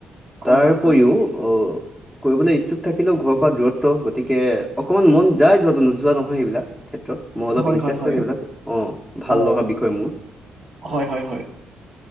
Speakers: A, on the right; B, in the centre.
A: হয়
B: তাৰ
A: হয়
B: ওপৰিও
A: হয়
B: আহ কৰিবলৈ ইচ্ছুক থাকিলেও ঘৰৰ পৰা দূৰত্ব গতিকে অকমান মন যায় যোৱাটো নোযোৱা নহয় সেইবিলাক ক্ষেত্ৰত মই অলপ
A: হয়
B: ইন্টাৰেষ্টেড
A: হয় হয়
B: সবিলাক অ', ভাল
A: অ
B: লগা বিষয় মোৰ
A: হয় হয় হয়